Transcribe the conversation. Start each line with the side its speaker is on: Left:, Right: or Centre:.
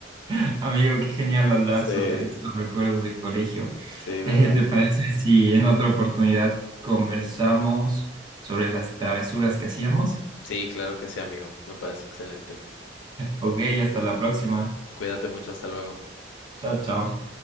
Right: <laughs> Amigo, qué genial hablar
Left: Sí,
Right: sobre estos recuerdos de colegio.
Left: sí, ¿verdad?
Right: Eh, ¿te parece si en otra oportunidad conversamos sobre las travesuras que hacíamos?
Left: Sí, claro que sí, amigo. Me parece excelente.
Right: Ok, hasta la próxima.
Left: Cuídate mucho, hasta luego.
Right: Chao, chao.